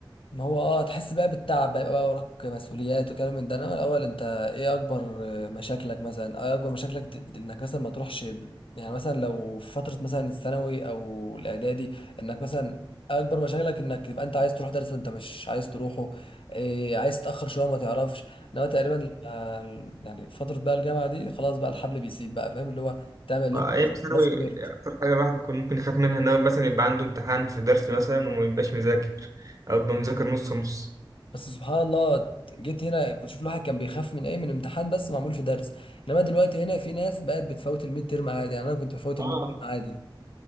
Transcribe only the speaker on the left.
ما هو اه هتحس بقى بالتعب بقى يبقى بقى وراك مسؤوليات وكلام من ده انا الاول انت ايه اكبر آه، مشاكلك مثلا ايه اكبر مشاكلك ت- انك مثلا ما تروحش ب- يعني مثلا لو في فتره مثلا الثانوي او الاعدادي انك مثلا اكبر مشاكلك انك تبقى انت عايز تروح درس وانت مش عايز تروحه إيه عايز تتاخر شويه ما تعرفش انما تقريبا لما- يعني فتره بقى الجامعه دي خلاص بقى الحبل بيسيب بقى فاهم اللي هو تعمل اللي
انت عايزه
خلاص كبرت
بس سبحان الله جيت هنا كنت شوف الواحد كان بيخاف من ايه من امتحان بس معمول في درس انما دلوقتي هنا في ناس بقت بتفوت الميد تيرم عادي يعني انا كنت بفوت
الميد تيرم عادي